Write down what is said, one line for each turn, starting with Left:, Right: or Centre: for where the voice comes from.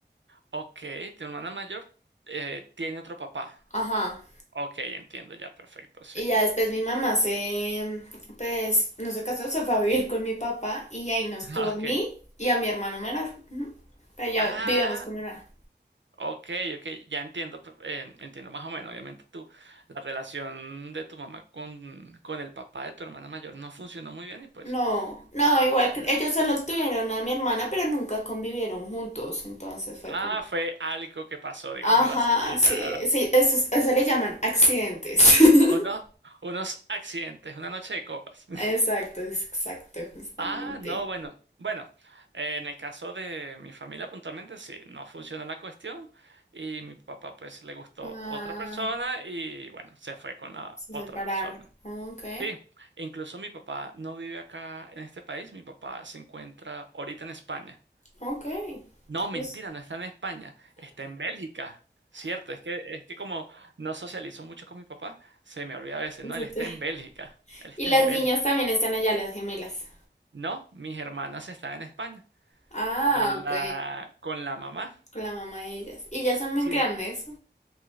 Right: ok, tu hermana mayor eh, tiene otro papá.
Left: Ajá.
Right: Ok, entiendo ya, perfecto, sí.
Left: Y ya después mi mamá se, pues, no se casó, se fue a vivir con mi papá y ahí nos
Right: <laughs>
Left: tuvo
Right: Ah,
Left: a
Right: Ok.
Left: mí y a mi hermano menor. Ujú. Pero ya
Right: Ah,
Left: vivíamos con mi hermana.
Right: Ok, ok, ya entiendo, pr- eh, entiendo más o menos. Obviamente tú, la relación de tu mamá con, con el papá de tu hermana mayor no funcionó muy bien y pues,
Left: No, no, igual
Right: ah,
Left: que- ellos solo tuvieron a mi hermana, pero nunca convivieron juntos, entonces fue
Right: ah,
Left: como...
Right: fue algo que pasó, digámoslo
Left: Ajá,
Right: así. y
Left: sí,
Right: ya,
Left: sí, eso, es- eso le llaman accidentes. <laughs>
Right: unos, unos accidentes, una noche de copas. <laughs>
Left: Exacto, es- exacto, justamente.
Right: Ah, no, bueno, bueno, eh, en el caso de mi familia puntualmente sí, no funcionó la cuestión y mi papá pues le gustó
Left: Ah,
Right: otra persona y bueno, se fue con la
Left: se
Right: otra
Left: separaron.
Right: persona.
Left: Ok,
Right: Sí, incluso mi papá no vive acá en este país, mi papá se encuentra ahorita en España.
Left: ok.
Right: No, mentira,
Left: Pues,
Right: no está en España, está en Bélgica. Cierto, es que, es que como no socializo mucho con mi papá, se me olvida a veces,
Left: <laughs>
Right: no,
Left: se
Right: él está
Left: te-
Right: en Bélgica, él está
Left: Y las
Right: en Bélgica.
Left: niñas también están allá, las gemelas,
Right: No, mis hermanas están en España,
Left: Ah,
Right: con
Left: ok.
Right: la, con la mamá.
Left: con la mamá de ellas. Y ellas son muy
Right: Sí,
Left: grandes.